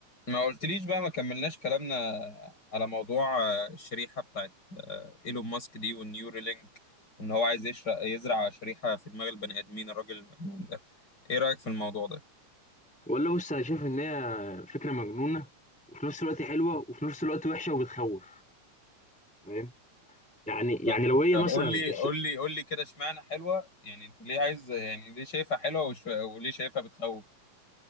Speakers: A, on the left (about 30°); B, in the centre.
A: ما قلتليش بقى ما كملناش كلامنا على موضوع آه، الشريحة بتاعت آه، إيلون ماسك دي والنيورالينك وإن هو عايز يشرق يزرع شريحة في دماغ البني آدمين الراجل المجنون ده إيه رأيك في الموضوع ده؟
B: والله بص انا شايف ان هي فكره مجنونه وفي نفس الوقت حلوه وفي نفس الوقت وحشه وبتخوف فاهم يعني
A: طب
B: يعني لو هي
A: طب
B: مثلا
A: قول لي
B: الش-
A: قول لي قول لي كده اشمعنى حلوة يعني أنت ليه عايز يعني ليه شايفها حلوة وش... وليه شايفها بتخوف؟